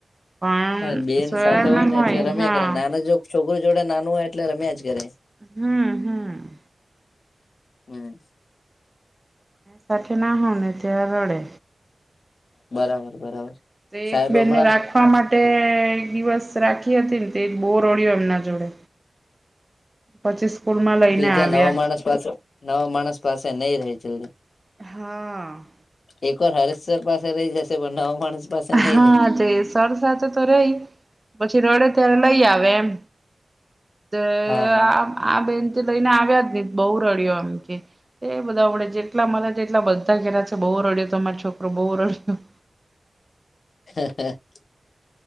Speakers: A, on the right; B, on the left.
A: પણ
B: હા, બેન
A: સોરા
B: સાથે હોય,
A: ના
B: ને એટલે રમ્યા
A: હા
B: કરે નાનું જો છોકરી જોડે નાનું હોય એટલે રમ્યા જ કરે
A: હમ-હમ
B: હમ્મ
A: સાથે ના હો, ત રડે
B: બરાબર બરાબર
A: તો
B: સાહેબ
A: એક બેનને
B: હમણાં
A: રાખ વા માટે એક દિવસ રાખી હતી ને તે બો રોડયો એમના જોડે પછી સ્કૂલમાં લઈને
B: બીજા
A: આવ્યા
B: નવા માણસ પાસે નવા માણસ પાસે નઈ ર જલ્દી
A: હા
B: એકવાર હરેશ્વર પાસે રહી, જશે પણ નવા માણસ પાસે નહી
A: હા,
B: રહે.
A: તે સર સાથે તો રહી પછી રોડે ત્યારે લઈ આવે એમ તે
B: હા હા.
A: આ આ બેનથી લઈને આવ્યા, જ હ બહ રડિયો આમ કે એ બધા આવડે જેટલા મને એટલા બધા ઘેરા છે, બહુ રડ્યો તમા છોકરો બહુ રડ્યો
B: હ, હ